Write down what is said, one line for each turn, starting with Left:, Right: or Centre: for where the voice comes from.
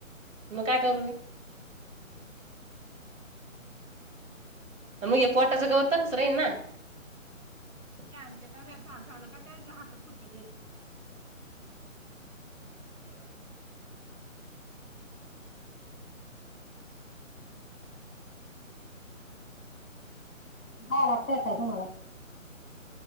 Right: मग काय करू मी. मग पोटाचं गवत हसराईन ना. झाल झाल का ते? हा तर फुटु दे तो <unintelligible>
Centre: बा लागतयच काय तुम्हाला.